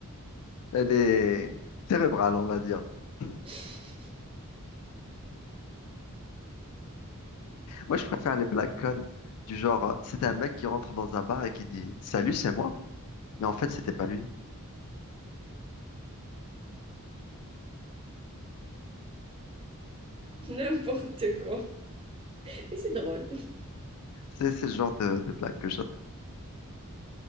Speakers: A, on the left (about 75°); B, on the right (about 25°).
A: Elle est cérébrale, on va dire. <clears throat>
B: <laughs>
A: Moi, je préfère les black con, du genre, euh, c'est un mec qui rentre dans un bar et qui dit, Salut, c'est moi. Mais en fait, c'était pas lui.
B: N'importe quoi. Mais c'est drôle.
A: C'est c'est le genre de, de blague que j'attends.